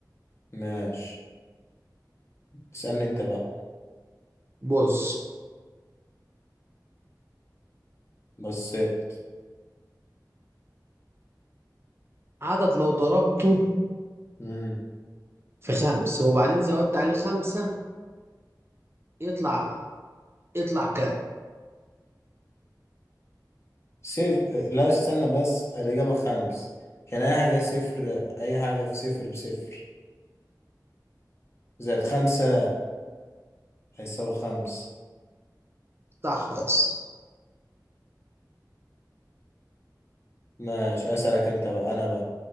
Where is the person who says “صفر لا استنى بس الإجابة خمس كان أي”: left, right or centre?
Left